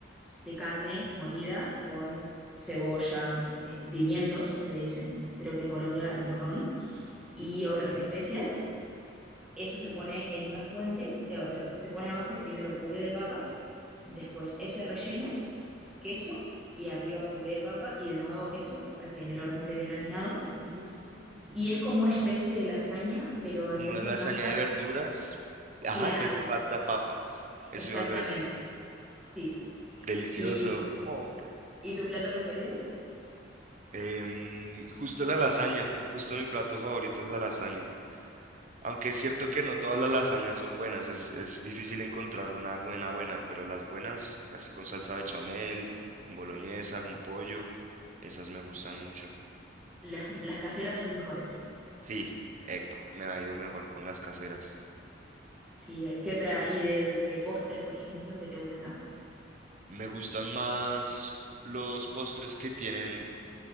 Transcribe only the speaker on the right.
ujú.
Mm.
Como
una
lasaña
de verduras. Ajá,
en vez de pasta, papas. Eso
ibas a decir.
Delicioso.
Oh.
Em, justo la lasaña. Justo mi plato favorito es la lasaña. Aunque es cierto que no todas las lasañas son buenas. Es, es difícil encontrar una buena, buena. Pero las buenas, casi con salsa bechamel, con boloñesa, con pollo, esas me gustan mucho.
Sí, epa, me ha ido mejor con las caseras.
Me gustan más los postres que tienen.